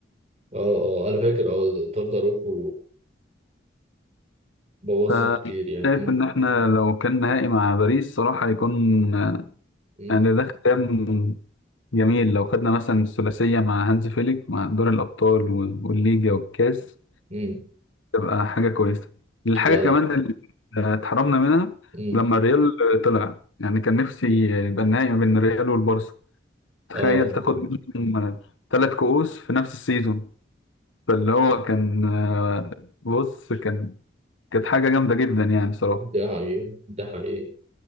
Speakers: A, on the right (about 35°); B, on the left (about 85°).
A: اه اه انا فاكر اه طرد اروخو بوظنا
B: فشايف
A: كتير يعني
B: ان احنا لو كان نهائي مع باريس صراحه هيكون آه،
A: امم
B: يعني ده ختام جميل لو خدنا مثلا الثلاثيه مع هانز فيليك مع دور الابطال وال- والليجا والكاس
A: امم
B: تبقى حاجه كويسه الحاجه
A: لا
B: كمان
A: لا
B: اللي آه، اتحرمنا منها
A: امم
B: لما الريال طلع يعني كان نفسي يبقى النهائي ما بين الريال والبارسا تخيل
A: اه
B: تاخد
A: مم.
B: منهم ثلاث كؤوس في نفس السيزون فاللي هو كان آه، بص كان كانت حاجة جامدة جدا يعني صراحة
A: ده حقيقة ده حقيقة